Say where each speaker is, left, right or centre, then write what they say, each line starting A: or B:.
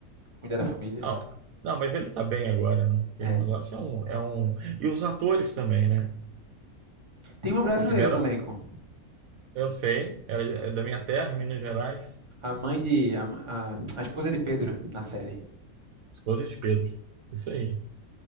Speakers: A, on the right (about 20°); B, on the right (about 70°).
A: cuidar da família.
B: Não, não, mas ele tá bem agora, né? Porque
A: É.
B: o negócio é um, é um... E os atores também, né?
A: Tem uma brasileira
B: Tiveram...
A: no elenco.
B: Eu sei, era é da minha terra, Minas Gerais,
A: A mãe de. A, a, a esposa de Pedro na série.
B: esposa de Pedro. Isso aí.